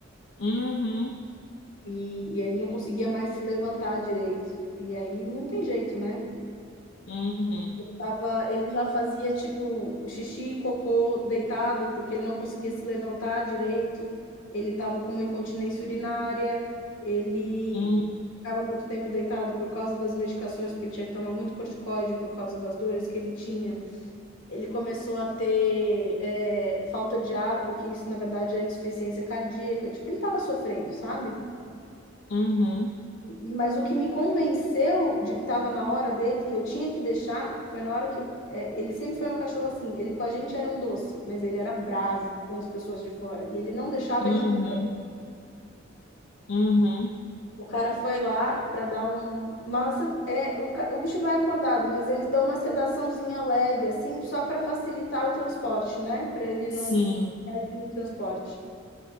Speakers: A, on the left; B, on the left.
A: uhum,
B: E, e ele não conseguia mais se levantar direito. E aí não tem jeito, né?
A: uhum,
B: Tava, ele já fazia tipo o xixi e cocô deitado, porque ele não conseguia se levantar direito. Ele tava com uma incontinência urinária. Ele
A: uhum,
B: ficava muito tempo deitado por causa das medicações, porque ele tinha que tomar muito corticoide por causa das dores que ele tinha. Ele começou a ter é, falta de ar, porque isso na verdade é insuficiência cardíaca. Tipo, ele tava sofrendo, sabe?
A: uhum,
B: E- Mas o que me convenceu de que estava na hora dele, que eu tinha que deixar, foi na hora que eu. é, ele sempre foi um cachorro assim. Ele com a gente era um doce, mas ele era bravo com as pessoas de fora. E ele não deixava
A: uhum,
B: ninguém.
A: uhum.
B: O cara foi lá para dar um. Nossa, é, o, ca- o bicho vai acordado, mas eles dão uma sedaçãozinha leve, assim, só para facilitar o transporte, né? Para ele não
A: Sim.
B: reagir no transporte.